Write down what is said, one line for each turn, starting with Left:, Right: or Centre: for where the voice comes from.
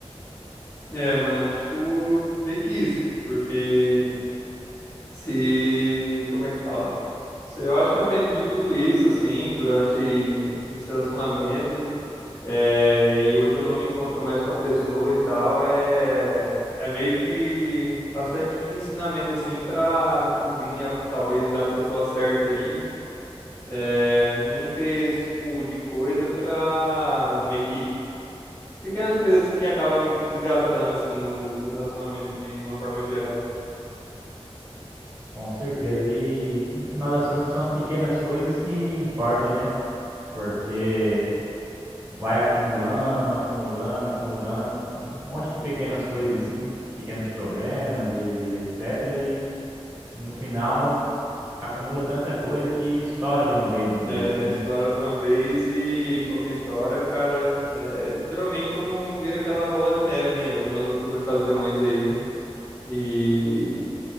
Left: É, mano, tipo, meio que isso. Porque se. Como é que fala? Se eu acho que aprendi tudo isso, assim, durante esse relacionamento. É, e hoje eu não me encontro mais com a pessoa e tal, é, é meio que bastante de ensinamento assim para quando vinha talvez a pessoa certa aí, né? É, não ter esse tipo de coisa pra meio que pequenas coisas assim que acaba meio que desgastando assim o o relacionamento de uma forma geral.
Right: Com certeza. E no final das contas, são as pequenas coisas que importam, né? Porque. vai acumulando, acumulando, acumulando, um monte de pequenas coisas assim, de pequenos problemas e etc. E no final acumula tanta coisa que estoura de uma vez, vamos
Left: É,
Right: dizer assim,
Left: estoura
Right: né?
Left: de uma vez e quando estoura, cara, é literalmente quando vira aquela bola de neve, né? Em algumas outras ocasiões aí. E